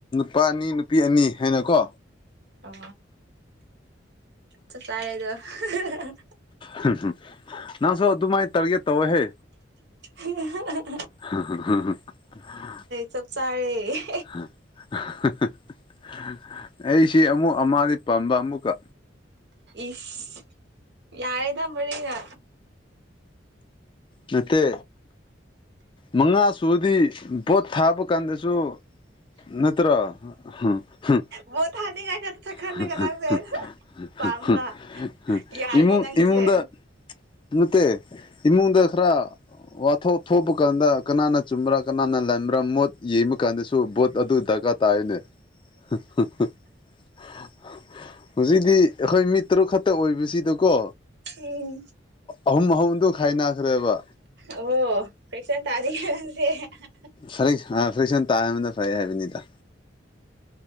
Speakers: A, on the left; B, on the right.
A: ꯅꯨꯄꯥ ꯑꯅꯤ ꯅꯨꯄꯤ ꯑꯅꯤ ꯍꯥꯏꯅꯀꯣ
B: ꯑꯣ ꯆꯞ ꯆꯥꯔꯦꯗ ꯍ ꯍ ꯍ
A: ꯍꯨꯝ ꯍꯨꯝ ꯅꯪꯁꯨ ꯑꯗꯨꯃꯥꯏ ꯇꯧꯔꯒꯦ ꯇꯧꯋꯣꯍꯦ
B: ꯍꯨꯡ ꯑꯍꯥ ꯑꯍꯥ
A: ꯍꯥ ꯍꯥ ꯍ ꯥꯍꯥ
B: ꯆꯞ ꯆꯥꯔꯦ
A: ꯍꯥ ꯑꯍꯥ ꯍꯥ ꯍꯥ ꯍꯥ ꯑꯩꯁꯤ ꯑꯃꯨꯛ ꯑꯃꯗꯤ ꯄꯥꯝꯕ ꯑꯃꯨꯛꯀ
B: ꯏꯁ ꯌꯥꯔꯦꯗ ꯃꯔꯤꯒ
A: ꯅꯠꯇꯦ ꯃꯉꯥ ꯁꯨꯕꯗꯤ ꯄꯣꯠ ꯊꯥꯕ ꯀꯥꯟꯗꯁꯨ ꯅꯠꯇ꯭ꯔꯣ ꯍꯥ ꯍ ꯍ
B: ꯚꯣꯠ ꯊꯥꯅꯤꯡꯉꯥꯏ ꯈꯛꯇ ꯈꯜꯂꯒ
A: ꯍ
B: ꯅꯪꯁꯦ
A: ꯍꯍ
B: ꯄꯥꯝꯕ
A: ꯍ ꯍ
B: ꯌꯥꯏꯅꯦ
A: ꯏꯃꯨꯡ
B: ꯅꯪꯒꯤꯁꯦ
A: ꯏꯃꯨꯡꯗ ꯅꯠꯇꯦ ꯏꯃꯨꯡꯗ ꯈꯔ ꯋꯥꯊꯣꯛ ꯊꯣꯛꯄ ꯀꯥꯟꯗ ꯀꯅꯥꯅ ꯆꯨꯝꯕ꯭ꯔꯥ ꯀꯅꯥꯅ ꯂꯥꯟꯕ꯭ꯔꯥ ꯃꯣꯠ ꯌꯦꯡꯕ ꯀꯥꯟꯗꯁꯨ ꯕꯣꯠ ꯑꯗꯨ ꯗꯔꯀꯥꯔ ꯇꯥꯏꯌꯦꯅꯦ ꯍ ꯍ ꯍ ꯍ ꯍꯧꯖꯤꯛꯇꯤ ꯑꯩꯈꯣꯏ ꯃꯤ ꯇꯔꯨꯛ ꯈꯛꯇ ꯑꯣꯏꯕꯁꯤꯗꯀꯣ
B: ꯎꯝ
A: ꯑꯍꯨꯝ ꯑꯍꯨꯝꯗꯨ ꯈꯥꯏꯅꯈ꯭ꯔꯦꯕ
B: ꯑꯣ ꯐ꯭ꯔꯦꯛꯁꯟ ꯇꯥꯖꯦ ꯀꯅꯁꯦ ꯍꯦ ꯍꯥ
A: ꯐꯔꯦ ꯍꯥꯟꯅ ꯐ꯭ꯔꯦꯛꯁꯟ ꯇꯥꯍꯟꯕ ꯐꯩ ꯍꯥꯏꯕꯅꯤꯗ